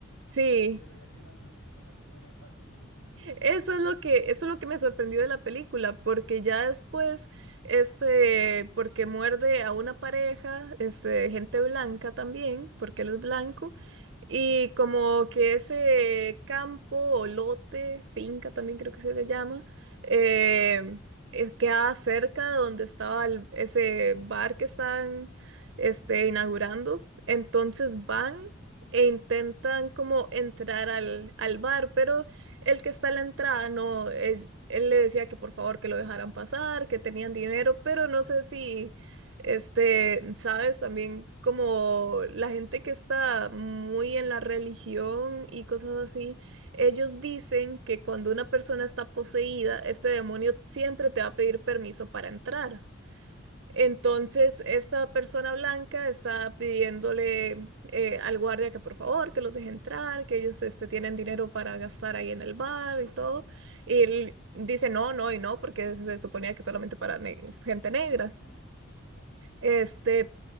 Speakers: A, on the right; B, on the left.
A: Sí,
B: Pero ¿cómo se relaciona con <laughs> la, con la primera parte de...
A: Eso es lo que, eso es lo que me sorprendió de la película, porque ya después, este, porque muerde a una pareja, este, gente blanca también, porque él es blanco,
B: Ah,
A: y como que ese campo o lote, finca también creo que se le llama, eh, eh, queda cerca de donde estaba el- ese bar que están, este, inaugurando, entonces van e intentan como entrar al, al bar, pero el que está a la entrada, no, él, él le decía que por favor que lo dejaran pasar, que tenían dinero, pero no sé si, este, sabes, también como la gente que está muy en la religión y cosas así, ellos dicen que cuando una persona está poseída, este demonio siempre te va a pedir permiso para entrar.
B: ah,
A: Entonces,
B: ujú,
A: esta persona blanca está pidiéndole eh, al guardia que por favor, que los deje entrar, que ellos este, tienen dinero para gastar ahí en el bar y todo. Y él dice no, no y no, porque se suponía que solamente para ne- gente negra.
B: ah, ajá,
A: Este,